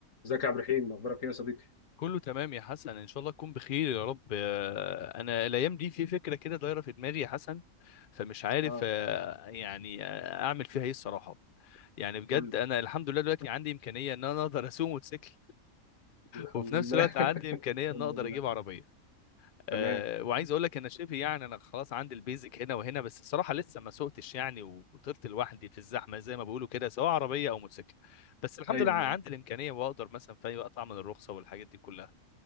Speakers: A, on the left; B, on the left.
A: ازيك يا عبد الرحيم اخبارك ايه يا صديقي
B: كله تمام يا حسن ان شاء الله تكون بخير يا رب آه، انا الايام دي في فكره كده دايره في دماغي يا حسن فمش عارف
A: اه
B: آه، يعني آه، اعمل فيها ايه الصراحه يعني بجد
A: قول
B: انا الحمد لله دلوقتي عندي امكانيه ان انا اقدر اسوق موتوسيكل
A: لي. الحمد
B: وفي
A: لله
B: نفس الوقت عندي
A: <laughs>
B: امكانيه
A: الحمد
B: ان اقدر
A: لله
B: اجيب عربيه أه
A: تمام
B: وعايز اقول لك انا شبه يعني انا خلاص عندي البيزك هنا وهنا بس الصراحه لسه ما سوقتش يعني وطرت لوحدي في الزحمه زي ما بيقولوا كده سواء عربيه او موتوسيكل بس الحمد
A: ايوه
B: لله عندي
A: مان
B: الامكانيه واقدر مثلا في اي وقت اعمل الرخصه والحاجات دي كلها